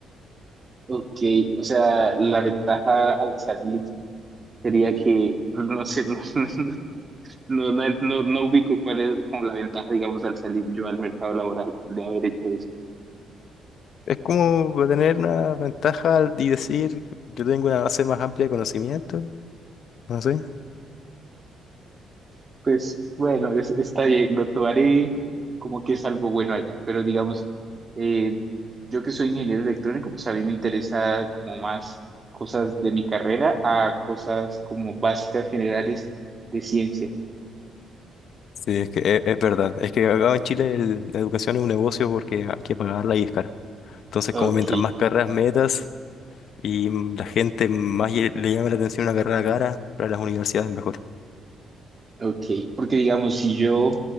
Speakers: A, on the right; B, on the left.
A: Ok, o sea, la ventaja al salir sería que, no sé, no, <laughs> no, no, no, no ubico cuál es como la ventaja, digamos, al salir yo al mercado laboral de haber hecho eso.
B: Es como para tener una ventaja y decir, yo tengo una base más amplia de conocimiento, no sé.
A: Pues bueno, es- está bien, lo tomaré como que es algo bueno allá, pero digamos, eh, yo que soy ingeniero electrónico, pues a mí me interesa como más cosas de mi carrera a cosas como básicas generales de ciencia.
B: Sí, es que es, es verdad. Es que acá en Chile el- la educación es un negocio porque hay que pagarla y es cara. Entonces,
A: Ok,
B: como mientras más carreras metas y mm, la gente más ye- le llame la atención una carrera cara, para las universidades mejor.
A: Ok, porque digamos, si yo,